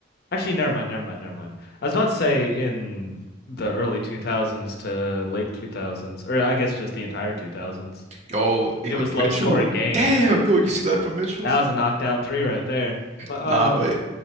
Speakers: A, on the left; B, on the right.
A: actually never mind, never mind, never mind. I was about to say in the early 2000s to late 2000s or I guess just the entire 2000s.
B: yo, yo,
A: It was
B: Mitchell,
A: low scoring games.
B: damn, yo, you see that from Mitchell?
A: That was a knockdown three right there. But
B: Nah,
A: um,
B: but